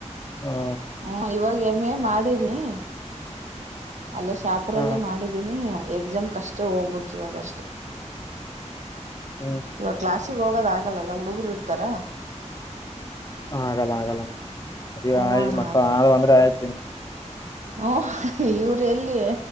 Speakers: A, on the left (about 30°); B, on the right (about 70°).
A: ಹ್ಮ.
B: ಹ್ಮ ಇವಾಗ ಎಂ ಎ ಮಾಡಿನಿ. ಅಲ್ಲೇ ಶಾಪುರಲ್ಲೇ
A: ಹ
B: ಮಾಡಿದೀನಿ ಎಕ್ಸಾಮ್ ಕ ಅಷ್ಟೇ ಹೋಗ್ಬೇಕು ಇವಾಗ ಅಷ್ಟೇ.
A: ಹ್ಮ್.
B: ಇವಾಗ ಕ್ಲಾಸಿಗೆ ಹೋಗೋದ ಆಗಲ್ಲ ಹುಡುಗರು ಇರ್ತಾರ.
A: ಆಗಲ್ಲ ಆಗಲ್ಲ ಮದಿವಿ
B: ಹ್ಮ
A: ಆಗಿ
B: ಅಣ್ಣ
A: ಮಕ್ಕಳ ಅದು ಅಂದ್ರೆ ಆಯ್ತ ಇನ್ನ.
B: ಹೂ ಇವ್ರ ಎಲ್ಲಿ